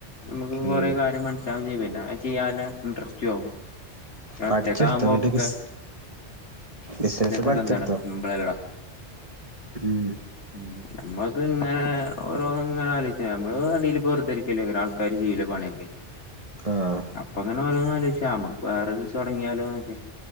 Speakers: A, on the left; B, on the right.
A: നമ്മക്ക് കൊറേ
B: ഉം
A: കാര്യം മനസ്സാവും ചെയ്യും പിന്നെ അത് ചെയ്യാന് ഇൻറസ്റ്റും ആവും ന്നെ
B: പഠിച്ചെടുത്തോ
A: ഒറ്റക്കാവുമ്പോക്കെ
B: എന്നിട്ട് ബിസ് ബിസിനസ്
A: ബിസിനസൊക്കെന്താടാ
B: പഠിച്ചെടുത്തോ
A: സിമ്പിളല്ലേടാ
B: ഉം
A: ഉം നമ്മക്ക്ങ്ങനെ ഓരോന്ന്ങ്ങനെ ആലോചിച്ച് നമ്മള് അടീല്‌പ്പോ വെറുതെരിക്കല്ലെ <unintelligible> കാര് ചെയ്യൂലേ പണിയൊക്കെ
B: ആഹ്
A: അപ്പ ഇങ്ങനെ ഓരോന്നാലോയ്ച്ചാ അമ്മക്ക് വേറെ ഇത് തൊടങ്ങിയാലോന്നൊക്കെ